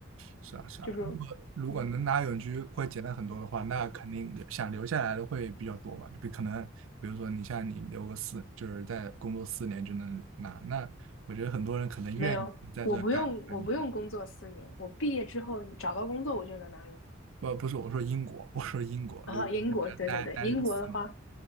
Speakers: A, on the right; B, on the left.
A: 是啊，是啊，
B: 就是
A: 如果如果能拿永居会简单很多的话，
B: 嗯，
A: 那肯定留想留下来的会比较多嘛。就比可能，比如说你像你留个四，就是在工作四年就能拿，那我觉得很多人可能愿意在这干三年。
B: 没有，我不用，我不用工作四年，我毕业之后找到工作我就能拿永居
A: 不，不是我说英国，<laughs> 我说英国，
B: 然后英国，
A: 如果能在这待待个四年，
B: 对对对，英国的话，